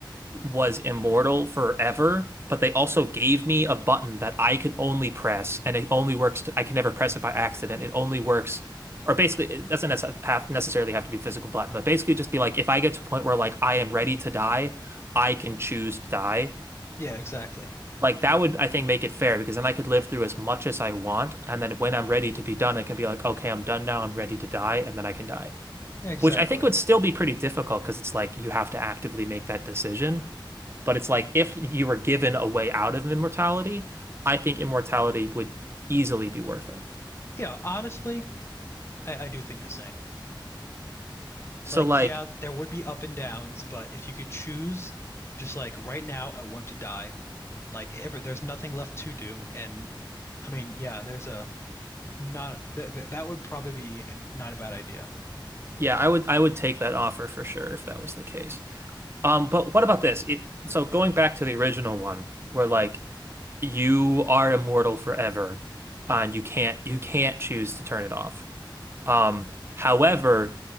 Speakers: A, on the right (about 30°); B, on the left (about 30°).
A: was immortal forever, but they also gave me a button that I can only press, and it only works. to, I can never press it by accident. It only works, or basically, it doesn't have necessarily have to be a physical button, but basically, just be like, if I get to a point where like I am ready to die, I can choose to die.
B: Yeah, exactly.
A: Like that would, I think, make it fair because then I could live through as much as I want, and then when I'm ready to be done, I can be like, okay, I'm done now. I'm ready to die, and then I can die.
B: Exactly.
A: Which I think would still be pretty difficult because it's like you have to actively make that decision. But it's like if you were given a way out of immortality, I think immortality would easily be worth it.
B: Yeah, honestly, I, I do think the same.
A: So
B: Like,
A: like,
B: yeah, there would be up and downs, but if you could choose, just like right now, I want to die. Like, ever, there's nothing left to do. And I mean, yeah, there's a not th th that would probably be a- not a bad idea.
A: yeah, I would I would take that offer for sure if that was the case. Um, but what about this? It so going back to the original one where like you are immortal forever uh, and you can't you can't choose to turn it off. Um, however,